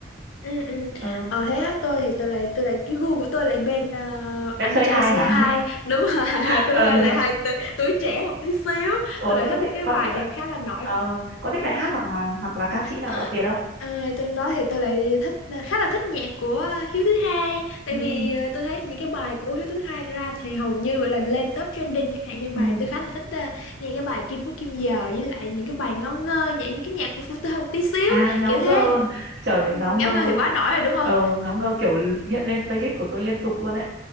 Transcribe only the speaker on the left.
ừ, ừ.
Ờ, thế á, tôi thì tôi lại tôi lại cái gu của tôi lại bên ờ,
Anh
Trai
Say
Hi đúng rồi <laughs>
tôi
hơi lại hơi tuổi, tuổi trẻ một tí xíu
tôi lại
thích
những cái
bài
nhạc khá là nổi
À,
à, trong đó thì tôi lại thích ờ, khá là thích nhạc của Hiếu thứ hai tại
vì ờ, tôi thấy những cái bài của Hiếu thứ hai ra thì hầu như gọi là lên top trending chẳng hạn như bài
tôi khá là thích ờ, nghe cái bài Kim Phúc Kim Giờ với lại những cái bài ngáo ngơ nhảy những cái nhạc của Phú Tơ một tí xíu
kiểu
thế
ừ,
ngáo ngơ thì quá nổi rồi đúng không